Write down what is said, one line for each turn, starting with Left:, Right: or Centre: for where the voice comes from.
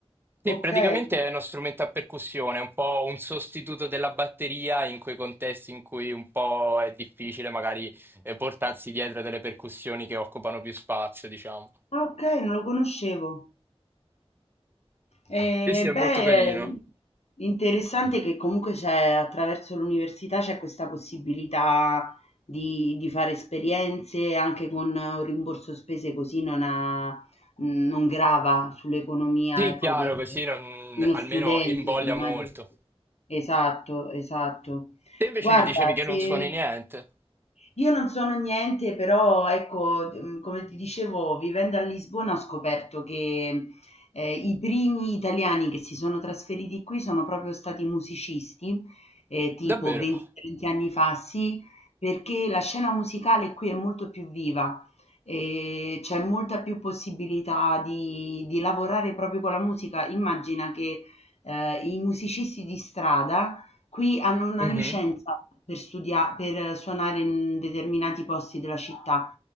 Right: Sì,
Left: Ok,
Right: praticamente
Left: ah,
Right: è uno strumento a percussione, è un po' un sostituto della batteria in quei contesti in cui un po' è difficile magari eh, portarsi dietro delle percussioni che occupano più spazio, diciamo.
Left: ok, non lo conoscevo. Eh,
Right: Sì, sì, è molto
Left: beh,
Right: carino.
Left: è interessante che comunque c'è attraverso l'università c'è questa possibilità di, di fare esperienze anche con un rimborso spese così non, ha- non grava sull'economia,
Right: Sì,
Left: ecco,
Right: chiaro,
Left: de-
Right: così non-
Left: di uno
Right: almeno
Left: studente
Right: invoglia
Left: che immagino.
Right: molto.
Left: Esatto, esatto.
Right: Te invece
Left: Guarda,
Right: mi dicevi che non
Left: se...
Right: suoni niente.
Left: Io non sono niente, però ecco, mhmm, come ti dicevo, vivendo a Lisbona ho scoperto che, ehm, i primi italiani che si sono trasferiti qui sono proprio stati musicisti, ehm, tipo
Right: Davvero?
Left: 20, 30 anni fa, sì, perché la scena musicale qui è molto più viva, ehm, c'è molta più possibilità di di lavorare proprio con la musica. Immagina che, ehm, i musicisti di strada Qui hanno una
Right: Mhm.
Left: licenza per studia per suonare in determinati posti della città,